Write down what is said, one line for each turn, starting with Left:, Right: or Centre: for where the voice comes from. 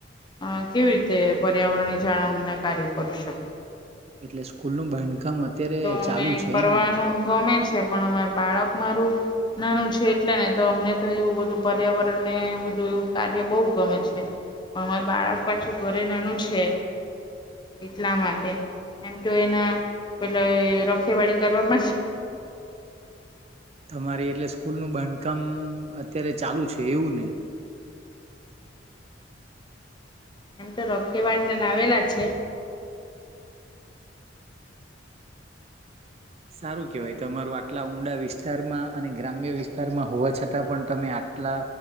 Left: અ કેવી રીતે પર્યાવરણની જાળવણીના કાર્યો કરી શકો?
Right: એટલે સ્કૂલ નું બાંધકામ અત્યારે
Left: અમે
Right: ચાલુ છે
Left: કરવાનું
Right: એમ ને મેડમ.
Left: ગમે છે પણ અમાર બાળક મારું નાનું છે એટલે નઇ તો અમને તો એવું બધું પર્યાવરણ ને બધું એવું કાર્ય બહુ ગમે છે પણ અમારે બાળક પાછું ઘરે નાનું છે એટલા માટે એમ તો એના એટલે રખેવાળી કરવા મા જ?
Right: તમારી એટલે સ્કૂલનુ બાંધકામ અત્યારે ચાલુ છે એવું ને.
Left: એમ તો રખેવાળને લાવેલા છે.
Right: સારું કેવાય તમારું આટલા ઊંડા વિસ્તારમા અને ગ્રામ્ય વિસ્તારમા હોવા છતાં પણ તમે આ આટલા